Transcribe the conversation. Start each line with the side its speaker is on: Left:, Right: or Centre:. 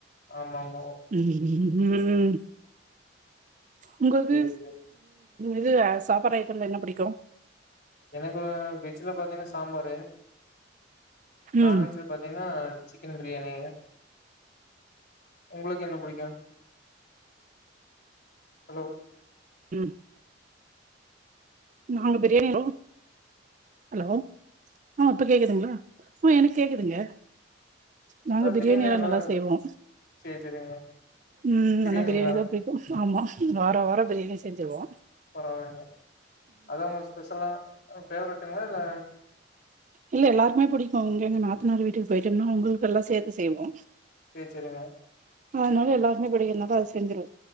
Left: ஆமாம்
Right: ம் உங்களுக்கு
Left: சேரி சேரி.
Right: இது சாப்பாடு ஐட்டோம்ல என்ன பிடிக்கோ
Left: எனக்கு வெஜ்ஜில பாத்தீங்கன்னா சாம்பாரு நான்
Right: ம்
Left: வெஜ்ஜில பாத்தீங்கன்னா சிக்கன் பிரியாணிங்க உங்களுக்கு என்ன பிடிக்கு ஹலோ
Right: ம் நாங்க பிரியாணி ஹலோ ஆ இப்ப கேக்குதுங்களா ஆ எனக்கு கேக்குதுங்க நாங்க
Left: அதா
Right: பிரியாணில்லா
Left: திடீர்னு எல்லா
Right: நல்லா செய்வோ
Left: சேரி சேரிங்க
Right: ம்
Left: பிரியாணிங்களா
Right: நா பிரியாணி தா புடி ஆமா வாரோ வாரோ பிரியாணி செஞ்சிடுவோ
Left: பரவா இல்லைங்க அதா உங்களுக்கு ஸ்பெஷலா ஃபேவரட்டுங்களா இல்ல
Right: இல்ல எல்லாருமே பிடிக்கோ உங்க எங்க நாத்தனாரு வீட்டுக்கு போயிட்டோம்னா உங்களுக்க எல்லா சேத்து செய்வோ
Left: செரி செரிங்க
Right: அதனால எல்லாருக்குமே பிடிக்கனாலே அது செஞ்சிருவோ